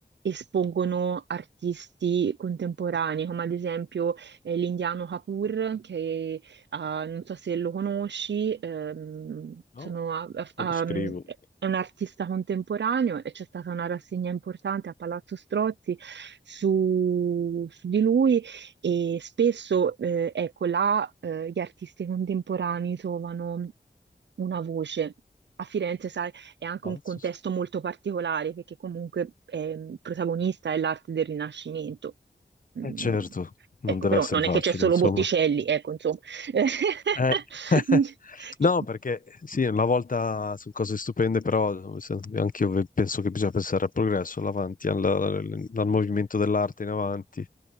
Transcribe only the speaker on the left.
no,
me lo scrivo.
Palazzo
St-
Eh certo, non
deve
essere
facile,
insomma.
Eh, <laughs> No, perché sì, una volta sono cose stupende, però anche io penso che bisogna pensare al progresso, all'avanti, al, al movimento dell'arte in avanti.